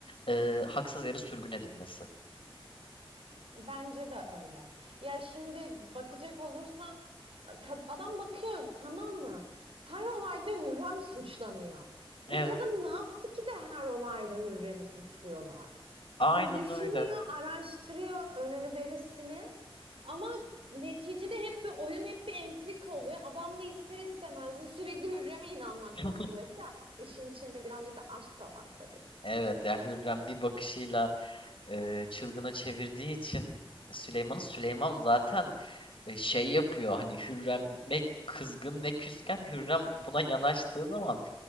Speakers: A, on the left; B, on the right.
A: e, haksız yere sürgün edilmesi.
B: Bence de öyle. Ya şimdi bakacak olursan e, kad- adam bakıyor tamam mı? Her olayda Hürrem suçlanıyor. Bu
A: Evet,
B: kadın ne yaptı ki de her olayda Hürrem'i suçluyorlar?
A: aynen
B: Hani düşünüyor,
A: öyle.
B: araştırıyor önünü berisini. Ama neticede hep bir oyun, hep bir entrika oluyor. Adam da ister istemez de sürekli Hürrem'e inanmak
A: <laughs>
B: zorunda kalıyor. Bir de işin içinde birazcık da aşk da var tabii.
A: Evet ya Hürrem bir bakışıyla e, çılgına çevirdiği için Süleyman'ı Süleyman zaten e, şey yapıyor hani Hürrem'e kızgın ve küsken Hürrem buna yanaştığı zaman